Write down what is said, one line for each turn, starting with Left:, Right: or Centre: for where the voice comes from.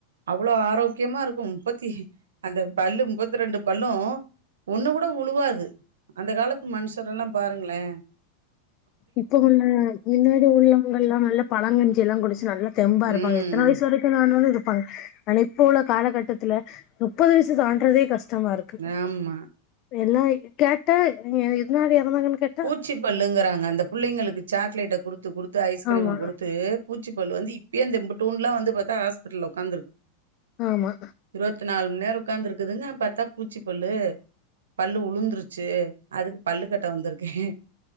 Right: அவ்ளோ ஆரோக்கியமாருக்கு முப்பத்தி அந்த பல்லு முப்பத்தி ரெண்டு பல்லு ஒண்ணு கூட வுழுவாது அந்த காலத்து மனுஷர்ல்லா பாருங்ளே
Left: இப்பவுள்ள இன்னாடி உள்ளங்கள்ல்லா நல்லா பழங்கஞ்சில்லா குடிச்சு நல்லா தெம்பாருப்பாங்க
Right: ம்
Left: எத்தன வய்சு வ ரை ஆனாலு இருப்பாங்க ஆனா இப்போ உள்ள காலகட்டத்துல முப்பது வயசு தான்றதே கஷ் டமாருக்கு
Right: ஆமா
Left: எல்லா கேட்டா எதுனால எறந்தாங்கன் கே
Right: பூச்சி பல்லுங்குராங்க அந்த புள்ளைங்களுக்கு சாக்லேட்ட குடுத்து குடுத்து ஐஸ்கிரீம
Left: ஆமா
Right: குடுத் து பூச்சிப்பல்லு வந்து இப்பயே இந்த இம்புட்டூன்லா வந்து பாத்தா ஆஸ்பிட்டல்ல ஒக்காந்துருக்கு
Left: ஆமா
Right: இருவத்து நால் மண் நேரோ உக்காந்துருக்குதுங்க பாத்தா பூச்சிப்பல்லு பல்லு உளுந்துருச்சு அதுக்கு பல்லு கட்ட வந்துருக்கே